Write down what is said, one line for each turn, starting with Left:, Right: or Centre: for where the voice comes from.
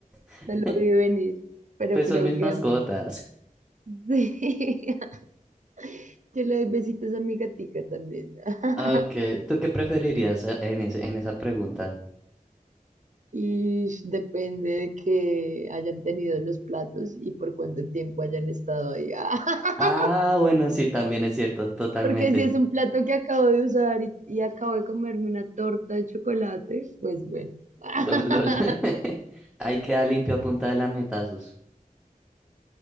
Centre: <laughs>
Right: lo vi venir, pero
Centre: pues
Right: creo
Centre: son mis
Right: que
Centre: mascotas.
Right: ambas. Sí, <laughs> yo le doy besitos a mi gatica también. <laughs>
Centre: Ok, ¿tú qué preferirías eh, en ese, en esa pregunta?
Right: Y depende de que hayan tenido los platos y por cuánto tiempo hayan estado ahí. <laughs>
Centre: Ah, bueno, sí, también es cierto, totalmente.
Right: Porque si es un plato que acabo de usar y, y acabo de comerme una torta de chocolate, pues bueno. <laughs>
Centre: Lol, lol. <laughs> Hay que dar <laughs> limpio a punta de lametazos.